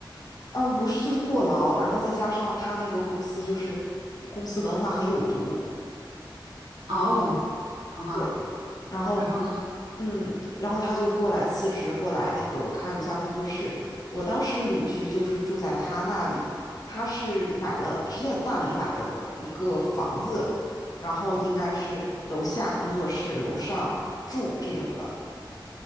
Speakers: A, on the left; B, on the right.
A: 嗯，不是，就是过劳，然后再加上他那个公司就是公司文化很有毒，
B: 哦，好吧，
A: 对，然后
B: 然后呢？
A: 嗯，然后他就过来辞职，过来那个开瑜伽工作室。我当时旅居就是住在他那里，他是买了直接在大理买的一个房子，然后应该是楼下工作室，楼上住这种的。